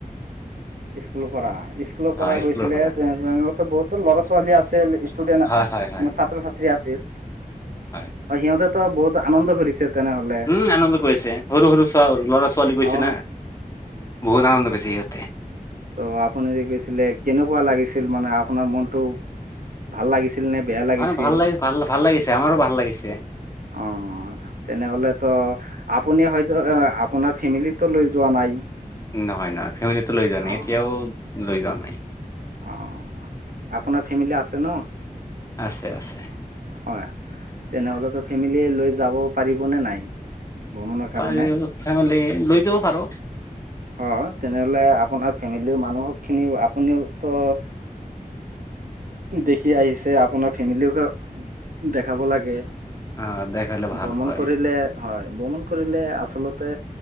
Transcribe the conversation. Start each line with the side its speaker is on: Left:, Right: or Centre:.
Right: স্কুলৰ পৰা। স্কুলৰ পৰা
Left: হয়
Right: গৈছিলে,
Left: স্কুলৰ পৰা
Right: তেনেহ'ল বহুতো ল'ৰা ছোৱালী আছে ষ্টুডেণ্ট
Left: হয়
Right: মানে
Left: হয় হয়
Right: ছাত্ৰ ছাত্ৰী আছিল।
Left: হয়
Right: অ' সিহঁতে তোৰ বহুত আনন্দ কৰিছে। তেনেহলে
Left: উম, আনন্দ কৰিছে সৰু সৰু ছো ল'ৰা ছোৱালী গৈছে
Right: অ
Left: না বহুত আনন্দ কৰিছে সিহঁতে তে
Right: তোৰ আপুনি যে গৈছিলে কেনেকুৱা লাগিছিল মানে আপোনাৰ মনতটো ভাল লাগিছিল। নে বেয়া লাগিছিল
Left: হয়, ভাল লাগিছে, ভাল ভাল লাগিছে, আমাৰো ভাল লাগিছে।
Right: অ তেনেহলে তো আপুনি হয়তো আপোনাৰ ফেমিলিতো লৈ যোৱা নাই।
Left: নহয় নহয় ফেমিলিটো লৈ যোৱা নাই
Right: অ
Left: এতিয়াও লৈ যোৱা নাই।
Right: অ আপোনাৰ ফেমিলি আছে ন?
Left: আছে আছে।
Right: হয় তেনেহ'লেতো ফেমিলী লৈ যাব পাৰিবনে নাই? ভ্ৰমণৰ কাৰণে
Left: পাৰি ফেমেলি লৈ যাব পাৰো।
Right: অ তেনেহলে আপোনাৰ ফেমিলিৰ মানুহখিনি আপুনিওতো দেখি আহিছে আপোনাৰ ফেমিলিটো দেখাব লাগে।
Left: অ দেখালে ভাল
Right: ভ্ৰমণ
Left: হয়
Right: কৰিলে হয়। ভ্ৰমণ কৰিলে আচলতে